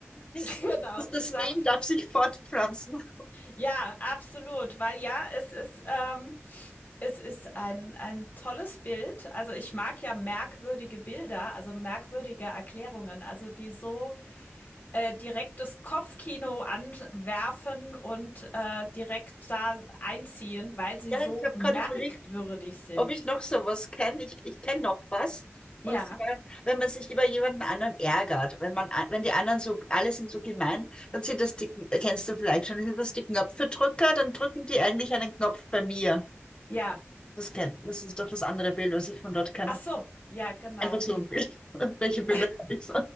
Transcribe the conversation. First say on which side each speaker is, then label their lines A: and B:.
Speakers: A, on the left; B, on the left.
A: <laughs>
B: <laughs>
A: Genau,
B: Das, das
A: ich sag's.
B: Meme darf sich fortpflanzen.
A: Ja, absolut, weil ja, es ist, ähm, es ist ein, ein tolles Bild. Also ich mag ja merkwürdige Bilder, also merkwürdige Erklärungen, also die so äh, direkt das Kopfkino anwerfen und äh, direkt da einziehen, weil sie
B: Ja,
A: so
B: ich habe
A: merkwürdig
B: gerade überlegt,
A: sind.
B: ob ich noch sowas kenne. Ich, ich kenne noch was.
A: Ja,
B: Und zwar, wenn man sich über jemanden anderen ärgert, wenn man, a- wenn die anderen so, alle sind so gemein, dann sind das die, kennst du vielleicht schon, sind das die Knopfedrücker, dann drücken die eigentlich einen Knopf bei mir.
A: ja.
B: Das kennt, das ist doch das andere Bild, was ich von dort kenne.
A: Ach so, ja, genau.
B: Einfach so
A: Die,
B: ein Bild. <laughs> Welche
A: Ja,
B: Bilder kann ich so?